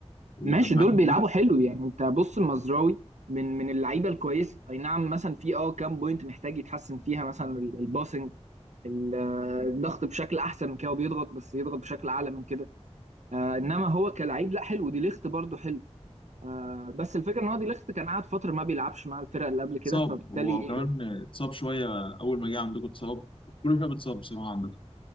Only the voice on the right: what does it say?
ماشي
دول
بيلعبوا حلو يعني انت بص المزراوي من من اللعيبة الكويسة أي نعم مثلا في اه كام بوينت محتاج يتحسن فيها مثلا ال- الباسنج ال- آه، الضغط بشكل أحسن من كده وبيضغط بس يضغط بشكل أعلى من كده آه انما هو كلاعب لا حلو دي ليخت برضو حلو آه بس الفكره ان هو دي ليخت كان قاعد فتره ما بيلعبش مع الفرقه اللي قبل كده
فبالتالي